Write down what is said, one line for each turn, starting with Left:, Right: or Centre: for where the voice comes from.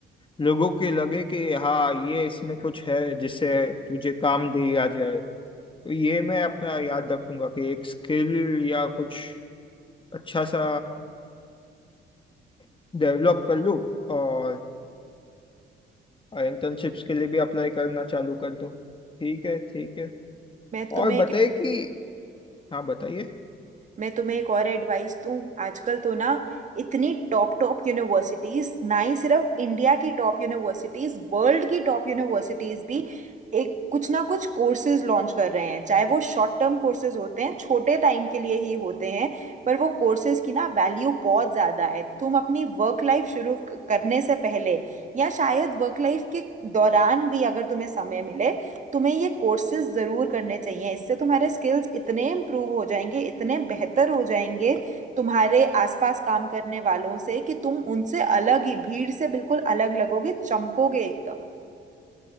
Left: लोगों के लगे कि हाँ ये इसमें कुछ है जिससे तुझे काम दे आ जाए तो ये मैं अपना याद रखूंगा कि एक स्किल या कुछ अच्छा सा डेवलप कर लूँ और इंटर्नशिप्स के लिए भी अप्लाई करना चालू कर दूँ ठीक है ठीक है
Right: मैं तुम्हें
Left: और बताइए कि हाँ बताइए
Right: मैं तुम्हें एक और एडवाइस दूं आजकल तो ना इतनी टॉप टॉप यूनिवर्सिटीज ना ही सिर्फ इंडिया की टॉप यूनिवर्सिटीज वर्ल्ड की टॉप यूनिवर्सिटीज भी एक कुछ ना कुछ कोर्सेज लॉन्च कर रहे हैं चाहे वो शॉर्ट टर्म कोर्सेज होते हैं छोटे टाइम के लिए ही होते हैं पर वो कोर्सेज की ना वैल्यू बहुत ज़्यादा है तुम अपनी वर्क लाइफ शुरू क- करने से पहले या शायद वर्क लाइफ के दौरान भी अगर तुम्हें समय मिले तुम्हें ये कोर्सेज ज़रूर करने चाहिए इससे तुम्हारे स्किल्स इतने इम्प्रूव हो जाएंगे इतने बेहतर हो जाएंगे तुम्हारे आसपास काम करने वालों से कि तुम उनसे अलग ही भीड़ से बिल्कुल अलग लगोगे चमकोगे एकदम